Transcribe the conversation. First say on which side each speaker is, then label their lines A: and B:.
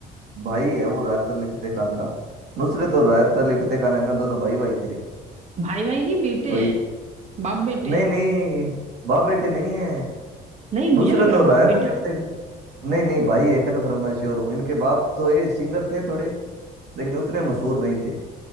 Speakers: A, on the right (about 70°); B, on the right (about 40°).
A: भाई है वो राहत अली फतेह खान का नुसरत और राहत अली फतेह खान है ना दोनों भाई भाई थे
B: भाई भाई नहीं बेटे
A: तो ये
B: हैं बाप बेटे
A: नहीं
B: हैं
A: नहीं बाप बेटे नहीं है
B: नहीं मुझे
A: नुसरत
B: लग रहा
A: और राहत
B: बाप बेटे
A: अली फतेह नहीं नहीं भाई है कन्फर्म मैं श्योर हूँ इनके बाप तो ये सिंगर थे थोड़े लेकिन उतने मशहूर नहीं थे